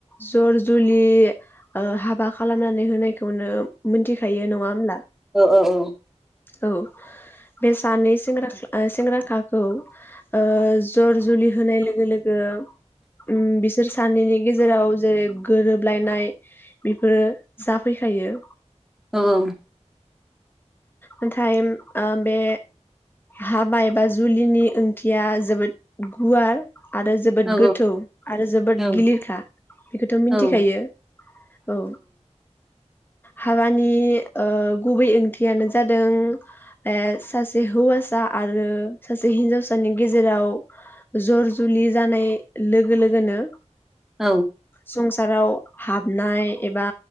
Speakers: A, on the left; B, in the centre.
A: जर जुलि ओ हाबा खालामनानै होनायखौनो मोनथिखायो नङा होमब्ला
B: ओ ओ औ
A: औ बे सानै सेंग्रा सेंग्रााखाखौ ओ जर जुलि होनाय लोगो लोगो उम बिस बिसोर सानैनि गेजेराव जेरै गोरोबलायनाय बेफोरो जाफैखायो
B: औ औ
A: नाथाय ओ बे हाबा एबा जुलिनि ओंथिया जोबोद गुवार आरो जोबोद
B: औ
A: गोथौ आरो जोबोद
B: औ
A: गिलिरखा बेखौथ' मिथिखायो
B: औ
A: औ हाबानि ओ गुबै ओंथि थियानो जादों ओ सासे हौवासा आरो सासे हिन्जावसानि गेजेराव जर जुलि जानाय लोगो लोगोनो
B: औ
A: संसाराव हाब नाय एबा